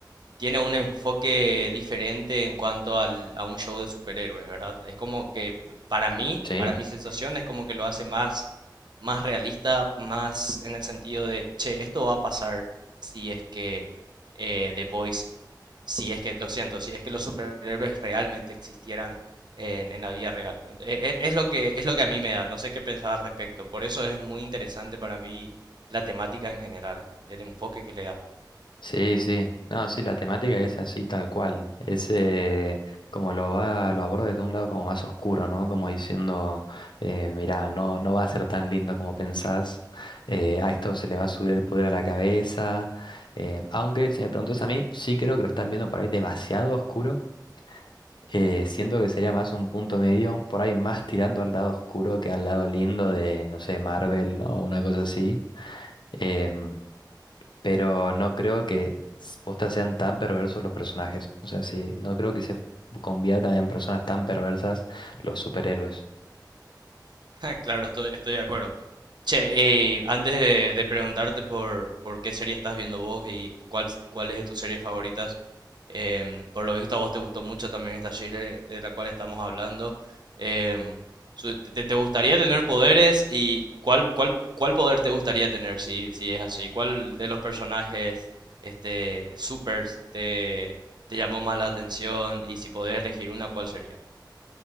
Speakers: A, on the right; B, on the left.
A: tiene un enfoque diferente en cuanto al, a un show de superhéroes, ¿verdad? Es como que para mí,
B: sí.
A: para mi sensación, es como que lo hace más, más realista, más en el sentido de, che, esto va a pasar si es que eh, The Voice, si es que, lo siento, si es que los superhéroes realmente existieran en, en la vida real. E- e- es lo que, es lo que a mí me da, no sé qué pensar al respecto. Por eso es muy interesante para mí la temática en general, el enfoque que le da.
B: Sí, sí. No, sí, la temática es así tal cual. Es eh, como lo va, lo aborda desde un lado como más oscuro, ¿no? Como diciendo, eh, mirá, no, no va a ser tan lindo como pensás. eh, a esto se le va a subir el poder a la cabeza. em, aunque, si me preguntas a mí, sí creo que lo están viendo por ahí demasiado oscuro. eh, siento que sería más un punto medio, por ahí más tirando al lado oscuro que al lado lindo de, no sé, Marvel ¿no? o una cosa así. Em, pero no creo que s- posta sean tan perversos los personajes. O sea, sí, no creo que se conviertan en personas tan perversas los superhéroes.
A: <laughs> Claro, estoy, estoy de acuerdo. Che, eh, antes de, de preguntarte por, por qué serie estás viendo vos y cuál, cuál es de tus series favoritas, em, por lo visto a vos te gustó mucho también esta serie de la cual estamos hablando. em, su- te, te gustaría tener poderes y cuál, cuál, cuál poder te gustaría tener si, si es así? ¿Cuál de los personajes este, supers te, te llamó más la atención y si podías elegir una, cuál sería?